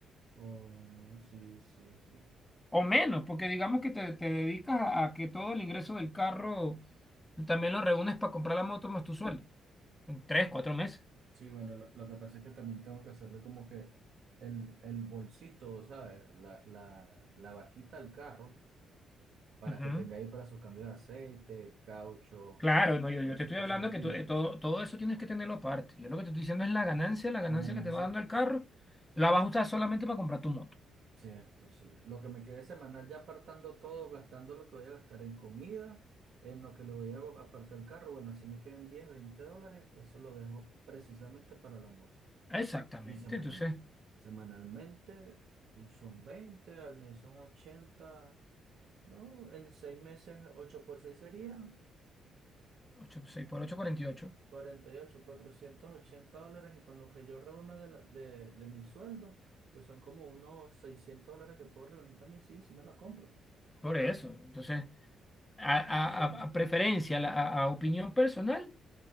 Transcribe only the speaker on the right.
o sí, sí, sí.
Sí, bueno, lo, lo que pasa es que también tengo que hacerle como que el, el bolsito, ¿sabes? La, la, la vaquita al carro para
que tenga ahí para su cambio de aceite, caucho,
correa,
cualquier
cosa
que pide.
La ganancia,
cierto, sí. Lo que me quede semanal ya apartando todo, gastando lo que voy a gastar en comida, en lo que le voy a apartar el carro, bueno, si me quedan 10 20 dólares, eso lo dejo precisamente para la moto.
Y semanal,
semanalmente pues, son 20 al mes son ochenta ¿no? En seis meses, 8 por 6 serían
cuarenta y ocho, cuatrocientos ochenta dólares. Y con lo que yo reúno de, la- de, de mi sueldo, que son como unos 600 dólares que puedo reunir también, sí, sí me la compro.
Sí.